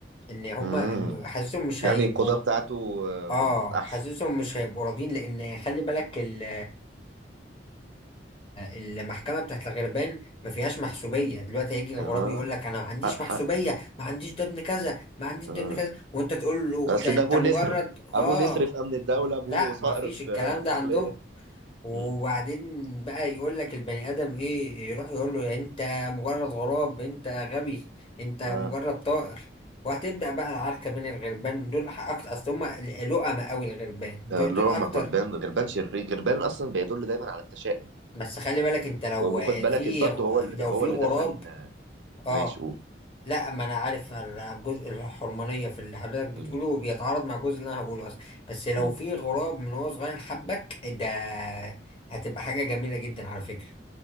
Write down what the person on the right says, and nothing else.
مم.
يعني
القضاء بتاعته آه،
أحسن
أها
حق حق
أه
أصل
ده
أبو
نسر أبو
نسر في أمن الدولة
أبوه
صقر
في
آه، الداخلية
مم.
آه.
ده
اللي
هو
ما غربان غربان شرير غربان اصلا بيدل دايما على التشاؤم
و- وخد بالك
برضه
هو اللي
هو
اللي
دفن آه،
ماشي قول
م-
م.